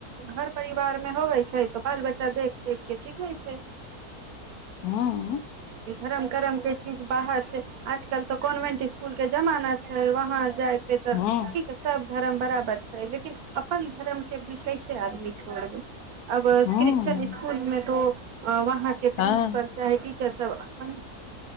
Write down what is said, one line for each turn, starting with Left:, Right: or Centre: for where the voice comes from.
Right: घर परिवार मे होवे छै तऽ बाल बच्चा देख देख के सिखै छै
Left: हुँ
Right: ई धर्म करम के चीज बाहर आजकल तऽ कॉन्वेंट स्कूल के जमाना छै वहा जाय तेतर
Left: ह
Right: ठीक सब धर्म बराबर छै लेकिन अपन धर्म लेकिन कैसे आदमी छोड़त अब
Left: हँ
Right: क्रिश्चन स्कूल में तो हँ वहाँ के प्रिंसिपल
Left: हँ
Right: चाहे टीचर सब अपन